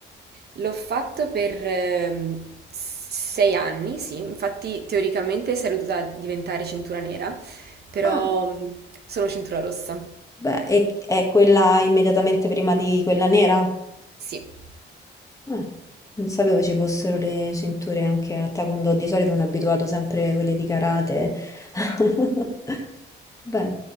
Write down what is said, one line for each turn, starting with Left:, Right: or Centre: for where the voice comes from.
Right: L'ho fatto per ehm, sei anni, sì, infatti teoricamente sarei dovuta diventare cintura nera, però
Left: Ah,
Right: mm, sono cintura rossa,
Left: beh, e- è quella immediatamente prima di quella nera?
Right: sì.
Left: Ah, non sapevo ci fossero le cinture anche a Taekwondo. Di solito sono abituato sempre a quelle di karate. <laughs> Beh.